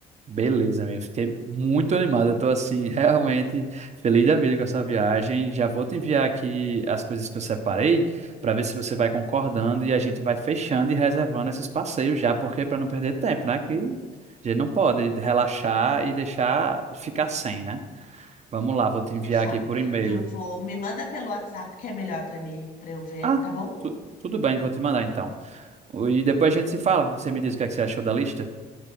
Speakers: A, on the right; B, on the left.
A: Beleza, amigo. Fiquei muito animado. Eu tô assim, <laughs> realmente feliz da vida com essa viagem. Já vou te enviar aqui as coisas que eu separei para ver se você vai concordando e a gente vai fechando e reservando esses passeios já, porque para não perder tempo, né? Que a gente não pode relaxar e deixar ficar sem, né? Vamos lá, vou
B: Vou
A: te
B: deixar.
A: enviar aqui por e-mail.
B: Eu vou. Me manda pelo WhatsApp que é melhor pra mim, pra eu ver,
A: Ah,
B: tá bom?
A: tu- tudo bem, vou te mandar então. E depois a gente se fala. Você me diz o que é que você achou da lista?